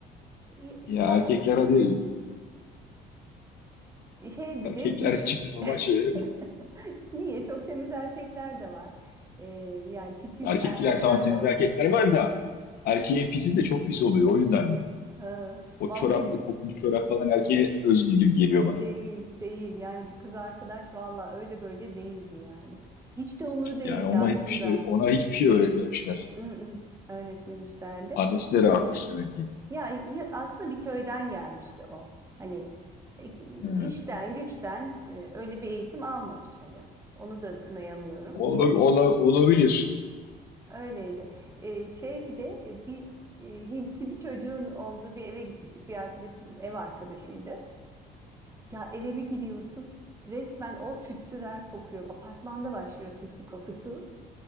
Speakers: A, on the right (about 15°); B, on the left (about 65°).
A: Ya, ya
B: Ya erkekler
A: o
B: hadi
A: şey bir
B: erkekler
A: de bir
B: için normal şeyler.
A: <laughs> niye? Çok temiz erkekler de var. E, yani titiz
B: Erkekler
A: erkekler
B: tamam temiz
A: de var.
B: erkekler var da erkeğin pisi de çok pis oluyor. O yüzden dedim.
A: Ha,
B: O
A: vallahi
B: çoraplı kokmuş çorap falan erkeğe özgü gibi geliyor
A: değil,
B: bana.
A: değil. Yani bu kız arkadaş vallahi öyle böyle değildi yani. Hiç de umru değildi
B: Yani ona
A: aslında.
B: hiçbir şey, ona hiçbir şey öğretmemişler.
A: Mm-mm, öğretmemişlerdi.
B: Annesi de rahatmış demek ki.
A: Ya, ya- aslında bir köyden gelmişti o. Hani e,
B: He.
A: işten güçten e, öyle bir eğitim almamış hani. Onu da kınayamıyorum.
B: Ola, ola- olabilir.
A: Öyleydi. E, şey bir de e, bir e, Hintli bir çocuğun olduğu bir eve gitmiştik. Bir arkadaşın ev arkadaşıydı. Ya eve bir giriyorsun. Resmen o tütsüler kokuyor. Apartmanda başlıyor tütsü kokusu.